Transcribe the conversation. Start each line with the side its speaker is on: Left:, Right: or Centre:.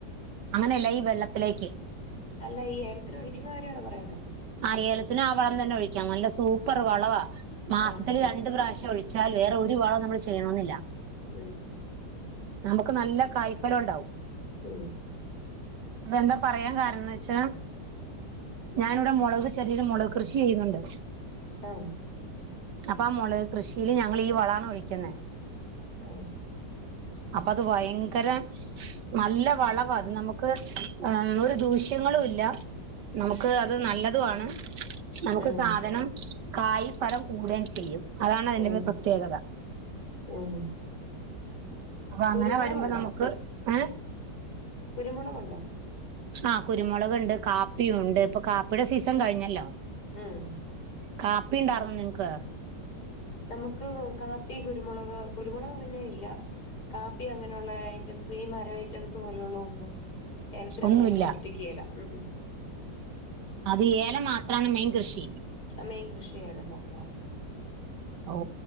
Right: അങ്ങനെയല്ല ഈ വെള്ളത്തിലേക്ക്
Left: അല്ല ഈ ഏലത്തിന് ഒഴിക്കുന്ന കാര്യണോ പറയണേ?
Right: ആ ഏലത്തിന് ആ വളം തന്നെ ഒഴിക്കാം നല്ല സൂപ്പർ വളവ മാസത്തില്
Left: ആഹാ
Right: രണ്ടു പ്രാവശ്യം ഒഴ വച്ചാൽ വേറെ ഒരു വളം നമ്മൾ ചെയ്യണമെന്നില്ല.
Left: ഉം
Right: നമുക്ക് നല്ല കായ്ഫലം ഉണ്ടാവും
Left: ഉം
Right: അതെന്താ പറയാൻ കാരണംന്ന് വെച്ചാ ഞാനിവിടെ മുളക് ചെറിയൊരു മുളക് കൃഷി ചെയ്യുന്നുണ്ട്.
Left: ആഹ
Right: അപ്പൊ ആ മെളക് കൃഷിയില് ഞങ്ങള് ഈ വളാണ് ഒഴിക്കുന്നത്.
Left: <unintelligible>
Right: അപ്പൊ അത് ഭയങ്കര നല്ല വളവാ അത് നമുക്ക് ഒരു ദൂഷ്യങ്ങളും ഇല്ല. നമുക്ക് അത് നല്ലതുവാണ് നമുക്ക്
Left: ഉം
Right: സാധനം കായ് ഫലം കൂടുകയും ചെയ്യും അതാണ് അതിന്റെ
Left: ഉം
Right: പ്രത്യേകത.
Left: ഉം
Right: അപ്പൊ അങ്ങനെ
Left: കുരുമുളകുണ്ടോ
Right: വരുമ്പോ നമുക്ക് ഏഹ്
Left: കുരുമുളകുണ്ടോ?
Right: ആഹ കുരുമുളകുണ്ട്. കാപ്പിയും ഉണ്ട്. ഇപ്പൊ കാപ്പിയുടെ സീസൺ കഴിഞ്ഞല്ലോ.
Left: ഉം
Right: കാപ്പി ഉണ്ടായിർന്ന നിങ്ങക്ക്
Left: നമുക്ക് കാപ്പി കുരുമുളക് കുരുമുളക് പിന്നെ ഇല്ല. കാപ്പി അങ്ങനെയുള്ള ഐറ്റംസ് ഈ മര ഐറ്റംസ് പോലെയുള്ള ഒന്നും. ഏലത്തിനകത്ത്
Right: ഒന്നുമില്ല
Left: നമ്മള് പിടിപ്പിക്കയേല ഉ ഉ
Right: അത് ഏലം മാത്രമാണ് മെയിൻ കൃഷി.
Left: മെയിൻ കൃഷി ആയാലു മാത്രം
Right: അൗ